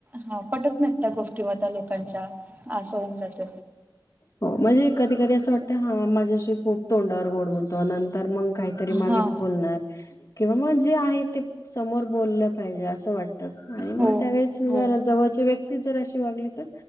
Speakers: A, on the right; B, on the left.
A: हा पटत नाही त्या गोष्टी म त्या लोकांचा. आस होऊन जात.
B: हो म्हणजे कधी कधी असं वाटतं हा माझ्याशी खूप तोंडावर गोड बोलतो नंतर मग. काहीतरी मागेच
A: हां,
B: बोलणार किंवा मग जे आहे ते समोर बोललं पाहिजे असं वाट आणि मग
A: हो,
B: त्यावेळेस
A: हो,
B: जरा जवळची व्यक्ती जर अशी वागली तर